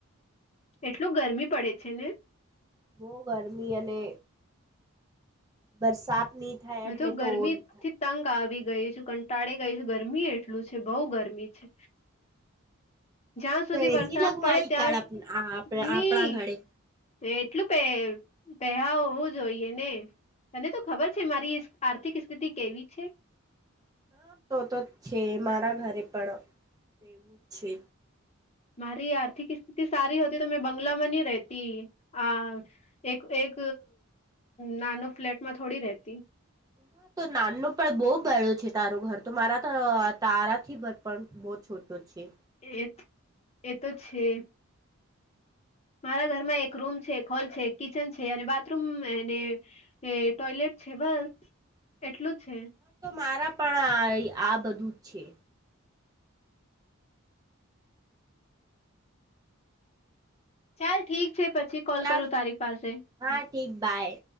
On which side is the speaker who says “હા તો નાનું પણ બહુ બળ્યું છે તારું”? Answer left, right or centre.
Right